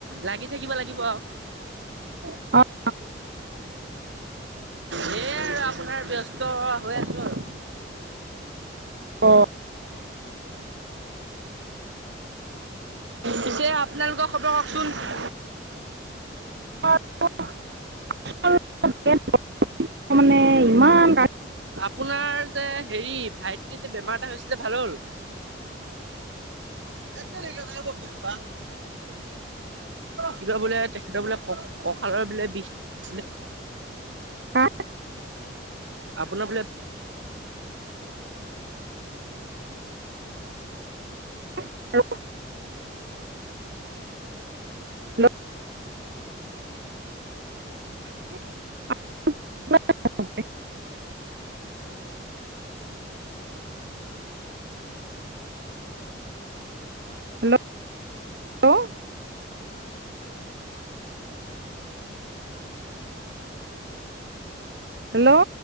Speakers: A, on the right (about 80°); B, on the right (about 60°).
A: লাগি থাকিব লাগিব আৰু।
B: <unintelligible>
A: সেয়াই আৰু আপোনাৰ ব্যস্ত হৈ আছোঁ আৰু।
B: অ'।
A: পিছে আপোনালোকৰ খবৰ কওকচোন।
B: <unintelligible> মানে ইমান
A: আপোনাৰ যে হেৰি ভাইটিৰ যে বেমাৰ এটা হৈছিলে ভাল হ'ল? <unintelligible> কিবা বোলে তেখেতৰ বোলে ক-কঁকালৰ বোলে বিষ হৈছিলে।
B: হা?
A: আপোনাৰ বোলে
B: <unintelligible> হেল্ল' <unintelligible> <inaudible> হেল্ল', <unintelligible> হেল্ল'।